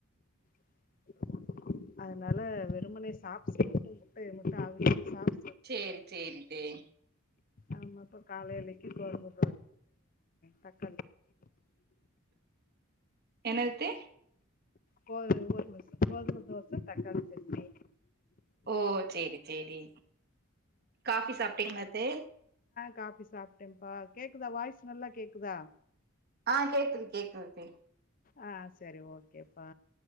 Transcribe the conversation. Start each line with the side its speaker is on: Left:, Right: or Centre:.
Left: <inaudible> அதனால வெறுமனைே சாப்பிச்சு மட்டும் முட்டை மட்டும் அவிச் சாப்ப
Right: சேரி சேரி சேரி
Left: ஆமாப்ப காலையிலைக்கு கொழம்பு டக்
Right: என்னதுத்தே
Left: கோ <inaudible> கோதுமை தோசை தக்காளி சட்னி
Right: ஓ சேரி சேரி காபி சாப்பிட்டீங்களா அத்தே
Left: காபி சாப்புட்டேன்ப்பா கேக்குதா வாய்ஸ் நல்லா கேக்குதா
Right: ஆ கேக்குது கேக்குது த்தே
Left: ஆ சரி ஓகே கேப்பா